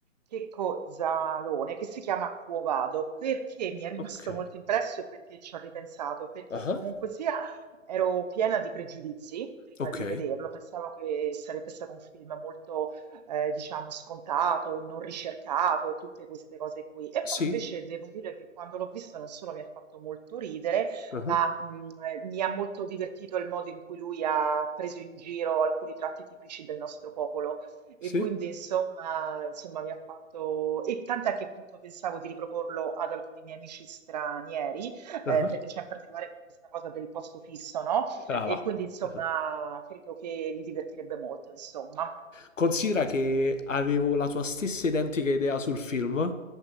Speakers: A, on the right; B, on the left.
A: Checco Zalone, che si chiama Quo Vado. Perché mi è rimasto
B: Ok.
A: molto impresso e perché ci ho ripensato? Perché
B: Ah,
A: comunque sia ero piena di pregiudizi prima
B: Ok.
A: di vederlo, pensavo che sarebbe stato un film molto eh, diciamo scontato, non ricercato e tutte queste cose qui. E
B: Sì?
A: poi invece devo dire che quando l'ho visto non solo mi ha fatto molto ridere,
B: Ah,
A: ma mh, eh, mi ha molto divertito il modo in cui lui ha preso in giro alcuni tratti tipici del nostro popolo e
B: Sì?
A: quindi insomma, insomma mi ha fatto e tant'è che appunto pensavo di riproporlo ad alcuni miei amici stranieri
B: Ah,
A: eh, perché c'è in particolare questa cosa del posto fisso, no?
B: Brava.
A: E quindi insomma
B: Esatto.
A: credo che li divertirebbe molto, insomma.
B: Considera che avevo la tua stessa identica idea sul film,